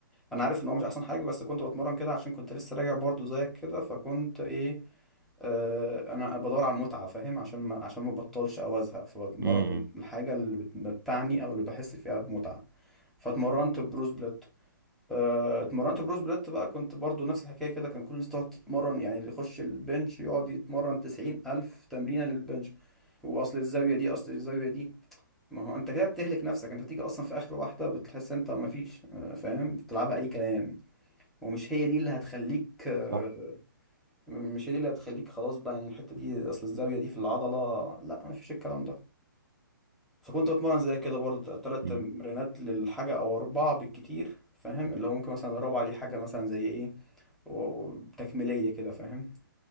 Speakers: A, in the centre; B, on the right.
A: انا عارف ان هو مش احسن حاجه بس كنت بتمرن كده عشان كنت لسه راجع برضو زيك كده فكنت ايه آه انا بدور على المتعه فاهم عشان ما عشان ما بطلش او ازهق فبتمرن
B: امم
A: الحاجه اللي بتمتعني او اللي بحس فيها بمتعه فاتمرنت بروز بليت آه، اتمرنت بروز بليت بقى كنت برضو نفس الحكايه كده كان كل الناس تقعد تتمرن يعني اللي يخش البنش يقعد يتمرن تسعين الف تمرينه للبنش واصل الزاويه دي اصل الزاويه دي ما هو انت كده بتهلك نفسك انت بتيجي اصلا في اخر واحده بتحس انت ما فيش آه، فاهم بتلعبها اي كلام ومش هي دي اللي هتخليك آه،
B: صح
A: مش هي دي اللي هتخليك خلاص بقى يعني الحتة دي أصل الزاوية دي في العضلة لا مفيش الكلام ده فكنت بتمرن زي كده برضو تلات
B: امم
A: تمرينات للحاجة أو أربعة بالكتير فاهم اللي هو ممكن مثلا الرابعة دي حاجة مثلا زي إيه و- و- تكميلية كده فاهم